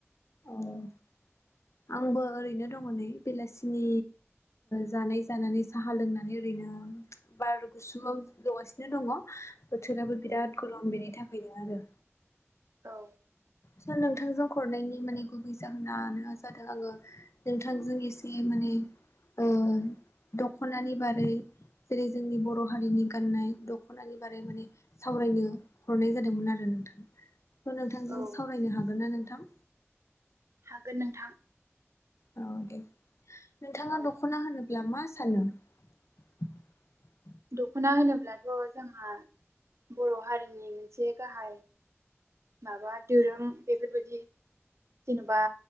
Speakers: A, on the left (about 70°); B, on the right (about 70°).
A: औ। आंबो ओरैनो दङ नै बेलासिनि जानाय जानानै साहा लोंनानै ओरैनो बार गुसुआव जगासिनो दङ बोथोराबो बिराद गरम बेनि थाखायनो आरो
B: औ
A: सार नोंथांजों हरनायनि माने गुबै जाहोनानो जादों आङो नोंथांजों एसे माने ओ दख'नानि बारै जेरै जोंनि बर' हारिनि गाननाय दख'नानि बारै माने सावरायनो हरनाय जादोंमोन आरो नोंथां ' नोंथांजों
B: औ
A: सावरायनो हागोन ना नोंथां
B: हागोन नोंथां
A: अ दे नोंथाङा
B: औ
A: दख'ना होनोब्ला मा <unintelligible>
B: दखना होनोब्लाथ' जोंहा बर' हारिनि मोनसे गाहाय माबा दोरोम बेफोरबायदि जेन'बा